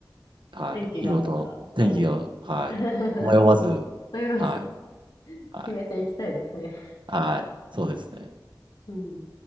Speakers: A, on the right; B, on the left.
A: はい。
B: 天気があったら、
A: いろいろと天気が、
B: そう。
A: はい。
B: <laughs>
A: 迷わず、
B: 迷わず、
A: はい。はい。
B: 決めていきたいですね。
A: はい。そうですね。
B: うん。